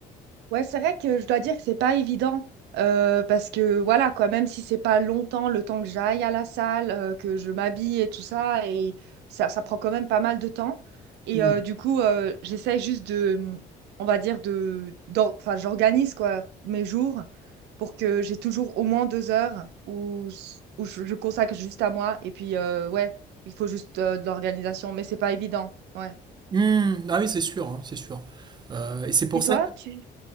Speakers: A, on the right; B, on the right.
A: Ouais, c'est vrai que je dois dire que c'est pas évident euh, parce que voilà quoi, même si c'est pas longtemps le temps que j'aille à la salle, euh, que je m'habille et tout ça, et ça, ça prend quand même pas mal de temps. Et
B: Mm.
A: euh, du coup, euh, j'essaye juste de, mmh, on va dire de, d'or- enfin, j'organise quoi mes jours pour que j'ai toujours au moins deux heures où, s- où je, je consacre juste à moi. Et puis euh, ouais, il faut juste euh, de l'organisation, mais c'est pas évident. Ouais.
B: Mm, Ah oui, c'est sûr, hein, c'est sûr. Euh, et c'est pour
A: Et toi,
B: ça que
A: tu,